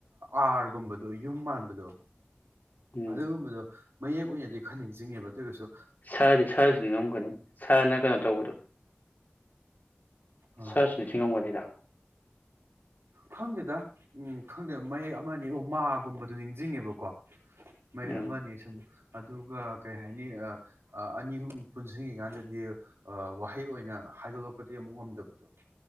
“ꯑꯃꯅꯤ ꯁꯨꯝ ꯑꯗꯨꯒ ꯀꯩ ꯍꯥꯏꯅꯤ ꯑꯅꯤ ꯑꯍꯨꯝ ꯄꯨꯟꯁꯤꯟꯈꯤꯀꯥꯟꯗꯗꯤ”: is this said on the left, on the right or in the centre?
Right